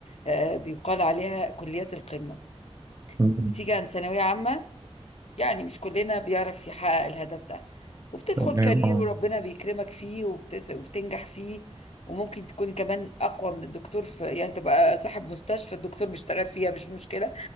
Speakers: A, on the left; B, on the right.
A: آه، بيقال عليها كليات القمه
B: مم.
A: بتيجي عن ثانويه عامه يعني مش كلنا بيعرف يحقق الهدف ده وبتدخل
B: تمام
A: كارير
B: أه
A: وربنا بيكرمك فيه وبتس... وبتنجح فيه وممكن تكون كمان أقوى من الدكتور في يعني تبقى صاحب مستشفى الدكتور بيشتغل فيها مش مشكلة